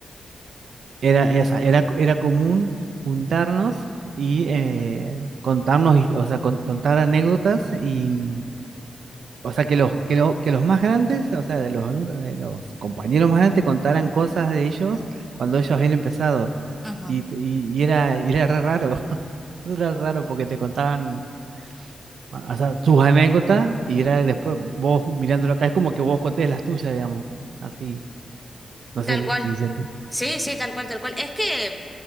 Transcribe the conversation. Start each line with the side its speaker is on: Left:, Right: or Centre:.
Right: Era, esa, era, era común juntarnos y eh, contarnos, his- o sea, con- contar anécdotas y, o sea, que los, que los, que los más grandes, o sea, de los, alum- eh, los compañeros más grandes contaran cosas de ellos cuando ellos habían empezado.
Centre: Ujú.
Right: Y, t- y, y era, y era re raro, <laughs> eso era raro porque te contaban, o sea, sus anécdotas y era después vos mirándolo acá, es como que vos contés las tuyas, digamos, así, no sé
Centre: Tal cual.
Right: si, si se
Centre: Sí, sí, tal cual, tal cual. Es que